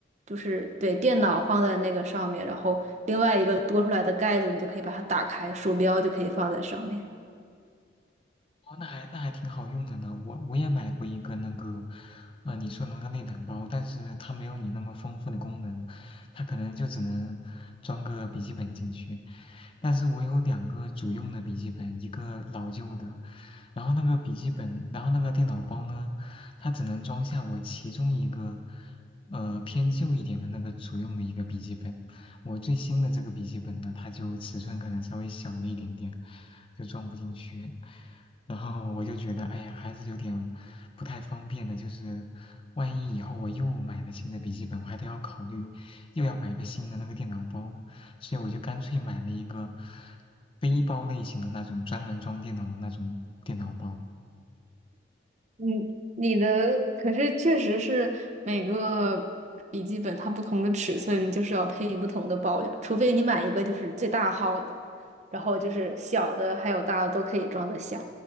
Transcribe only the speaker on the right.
就是对电脑放在那个上面，然后另外一个多出来的盖子，你就可以把它打开，鼠标就可以放在上面。
嗯，你的可是确实是每个笔记本它不同的尺寸就是要配不同的包呀，除非你买一个就是最大号的，然后就是小的还有大的都可以装得下，